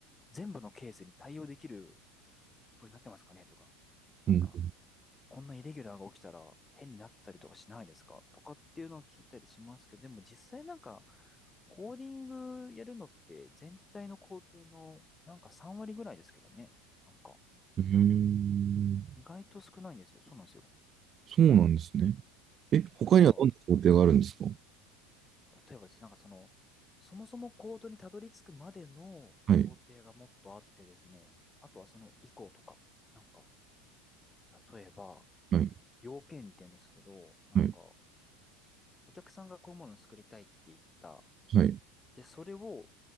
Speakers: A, on the left (about 15°); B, on the right (about 35°).
A: 全部のケースに対応できる風になってますかねとか、なんか、
B: うん。
A: こんなイレギュラーが起きたら変になったりとかしないですかとかっていうのを聞いたりしますけど、でも実際なんか、コーディングやるのって全体の工程のなんか3割ぐらいですけどね。なんか、
B: へえ、
A: 意外と少ないんですよ。そうなんですよ。
B: そうなんですね。え、他にはどんな工程があるんですか
A: なんか、例えばですね、なんかその、そもそもコードにたどり着くまでの工程がもっとあってですね、
B: はい、
A: あとはその以降とか、なんか、例えば、
B: はい、
A: 要件って言うんですけど、なんか、
B: はい、
A: お客さんがこういうものを作りたいって言った
B: はい。
A: で、それを、